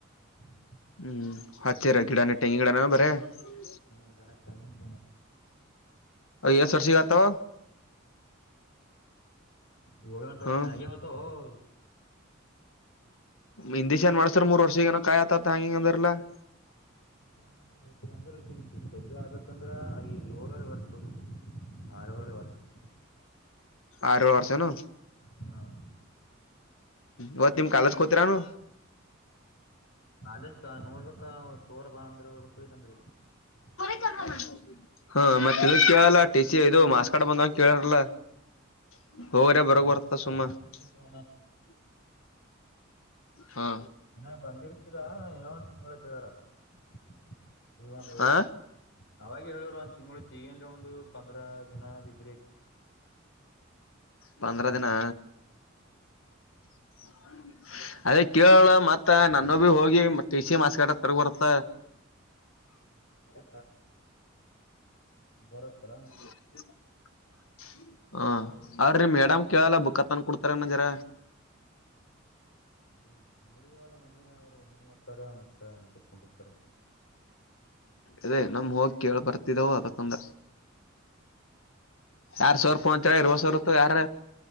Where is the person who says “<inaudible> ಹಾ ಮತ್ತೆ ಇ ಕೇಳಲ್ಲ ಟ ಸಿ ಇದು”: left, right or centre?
Left